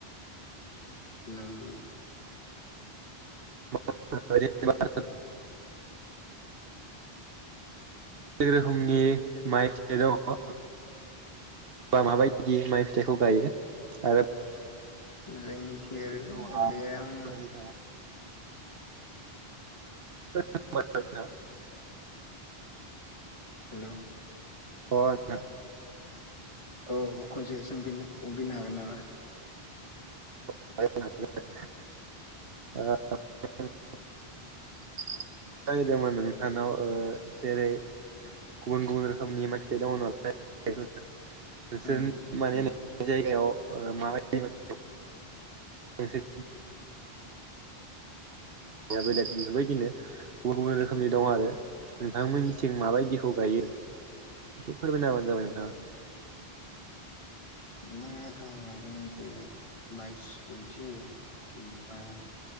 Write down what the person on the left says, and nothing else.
नों
जोंनिथिं ओरैनो
बे आं
हेलौ
औ खनसे सोंफिनलाय बुंफिननो हागोन नामा?
<inaudible>
उम
उम
माइ आखावा जोंखि बायसमुथि ओमफ्राय